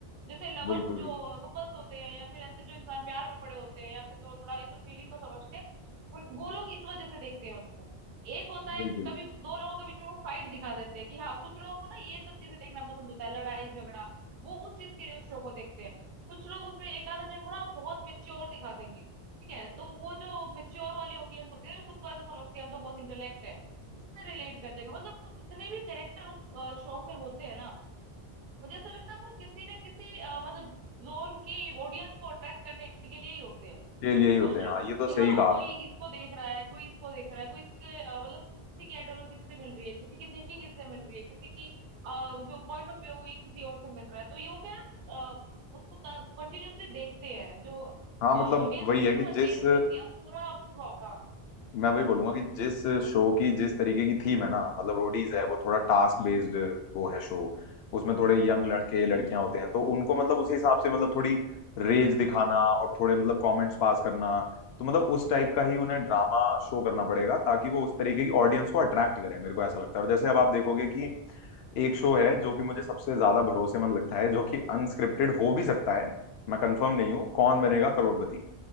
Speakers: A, on the right (about 55°); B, on the left (about 75°).
A: जैसे लवर्स
B: बिल्कुल
A: जो
B: बिल्कुल
A: कपल्स होते हैं या फिर ऐसे जो इंसान प्यार में पड़े होते हैं या फिर तो थोड़ा इस फीलिंग को समझते हैं उन वो लोग इस वजह से देखते हैं उसको एक होता है
B: बिल्कुल
A: कभी दो लोगों के बीच में वो फाइट दिखा देते हैं कि हाँ कुछ लोगों को ना ये सब चीजें देखना पसंद होता है लड़ाई झगड़ा वो उस चीज के लिए उस शो को देखते हैं कुछ लोग उसमें एक आधे जन को ना बहुत मेच्योर दिखा देंगे ठीक है तो वो जो मेच्योर वाली ऑडियंस होती है ना जो खुद को ऐसा समझती है हम तो बहुत इंटेलेक्ट है उससे रिलेट कर जाएगा मतलब कुछ जितने भी कैरेक्टर उस शो में होते हैं ना मुझे ऐसा लगता है वो किसी न किसी अ, मतलब जोन की ऑडियंस को अट्रैक्ट करने के लिए ही होते हैं
B: ये लिए ही होते
A: समझ रहे
B: हैं हाँ
A: हो
B: ये तो
A: कि
B: सही
A: हाँ
B: कहा
A: कोई
B: आपने।
A: इसको देख रहा है कोई इसको देख रहा है कोई इसके अ, मतलब किसी की आइडियोलॉजी इससे मिल रही है किसी की थिंकिंग इससे मिल रही है किसी की अ, जो पॉइंट ऑफ व्यू है वो ये किसी और से मिल रहा है तो ये वो क्या है ना, अ, उसको कंटिन्यूअसली देखते हैं जो
B: हाँ
A: ऑडियंस
B: मतलब वही
A: रहती
B: है
A: है ना
B: कि
A: वो एंगेज
B: जिस
A: रहती है और पूरा थ्रू आउट हाँ
B: मैं वही बोलूंगा कि जिस
A: बिल्कुल
B: शो की जिस तरीके की थीम है ना मतलब रोडीज है वो थोड़ा टास्क
A: हम्म
B: बेस्ड वो है शो उसमें थोड़े यंग लड़के लड़कियां
A: हम्म
B: होते हैं तो उनको मतलब उसी हिसाब से मतलब थोड़ी रेज दिखाना और थोड़े मतलब कमेंट्स पास करना तो मतलब उस टाइप का ही उन्हें ड्रामा शो करना पड़ेगा ताकि वो उस तरीके की ऑडियंस को अट्रैक्ट करे मेरे को ऐसा लगता है और जैसे अब आप देखोगे कि एक शो है जो कि मुझे सबसे ज्यादा भरोसेमंद लगता है जो कि अनस्क्रिप्टेड हो भी सकता है मैं कंफर्म नहीं हूँ कौन बनेगा करोड़पति